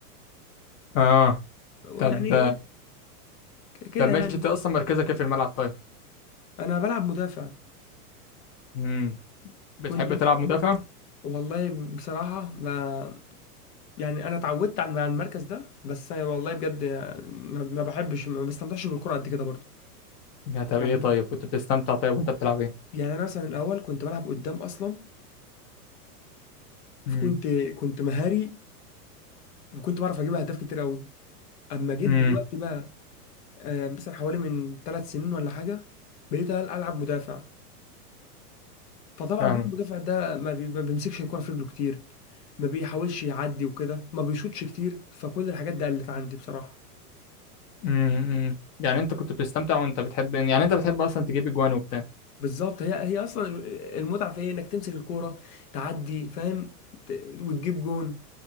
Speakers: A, on the left (about 30°); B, on the left (about 75°).
A: اه
B: ف-
A: طب
B: يعني ك- كده
A: طب ماشي
B: يعني
A: انت اصلا مركزك ايه في الملعب طيب
B: انا بلعب مدافع
A: امم بتحب
B: كنت <laughs>
A: تلعب مدافع
B: والله بصراحه ما يعني انا اتعودت على على المركز ده بس أنا والله بجد ما ما بحبش ما بستمتعش بالكره قد كده برضه
A: يا طب
B: يعني
A: ايه طيب كنت بتستمتع طيب وانت بتلعب ايه
B: يعني انا مثلا الاول كنت بلعب قدام اصلا فكنت
A: امم
B: كنت مهاري وكنت بعرف اجيب اهداف كتير قوي اما جيت
A: امم
B: دلوقتي بقى آه، مثلا حوالي من ثلاث سنين ولا حاجه بقيت العب مدافع فطبعا
A: فاهمك
B: بقى المدافع ده ما بي- ما بيمسكش الكوره في رجله كتير ما بيحاولش يعدي وكده ما بيشوطش كتير فكل الحاجات دي قلت عندي بصراحه
A: امم يعني انت كنت بتستمتع وانت بتحب يعني انت بتحب اصلا تجيب اجوان وبتاع
B: بالظبط هي هي اصلا المتعه في ايه انك تمسك الكوره تعدي فاهم ت- وتجيب جون